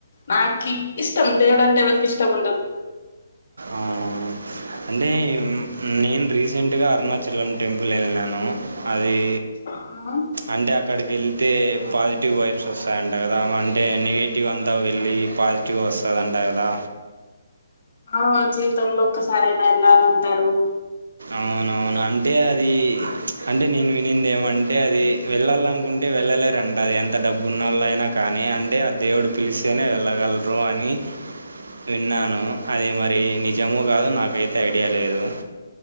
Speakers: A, on the left (about 50°); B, on the right (about 80°).
A: నాకి ఇష్టం దేవుడు అంటే ఎవరికి ఇష్టం ఉండదు
B: ఆ అంటే నేను రీసెంట్గా అరుణాచలం టెంపుల్ ఎల్లాను అది
A: ఆ
B: అంటే అక్కడికి వెళ్ళి అయితే పాజిటివ్ వైబ్స్ వస్తాయంట గదా అంటే నెగిటివ్ అంతా వెళ్ళి పాజ్ పాసిటివ్ వస్తదంట గదా
A: ఆ జీవితంలో ఒక్కసారన్న వెళ్ళాలంటారు
B: అవునవును అంటే అది ప్చ్ అంటే నేను వినింది ఏమంటే, అది వెళ్ళాలనుకుంటే వెళ్ళలేరంట, అది ఎంత డబ్బున్నోలు అయినా కానీ, అంటే ఆ దేవుడు పిలిస్తేనే వెళ్ళగలరు అని. విన్నాను అది మరీ నిజ్ జమ్మూ కాదు నాకైతే ఐడియా లేదు